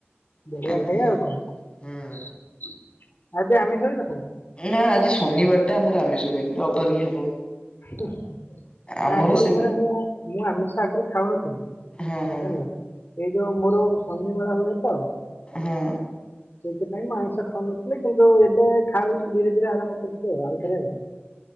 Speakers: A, on the left; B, on the left.
A: ବଢିଆ
B: ଏତିକି
A: ଖାଇବା <unintelligible>
B: ହୁଁ
A: ଆଜି ଆମିଷ ହେଇନଥିଲା।
B: ନା ଆଜି ଶନିବାର ଟା ଆମର ଆମିଶ ହୁଏନି ରିବିବାର କି ହବ।
A: ନାଇଁ
B: ଆମର
A: ଶନିବାରେ
B: ସେ
A: ମୁଁ ମୁଁ ଆମିଷ ଆଗରୁ ଖାଉନଥିଲି
B: ହୁଁ ହୁଁ
A: ଜାଣିଲ। ଏଇ ଯୋଉ ମୋର ଶନିମାେଳା ହୁଏ ତ
B: ହଁ
A: ସେଇଥିପାଇଁ ମୁ ଆଇଁଷ ଖାଉନଥିଲେ କିନ୍ତୁ ଏବେ ଖାଉଛି ଧୀରେ ଧୀରେ ଆରମ୍ଭ କରୁଛି ଆଉ ଆଉଥରେ ଆଉ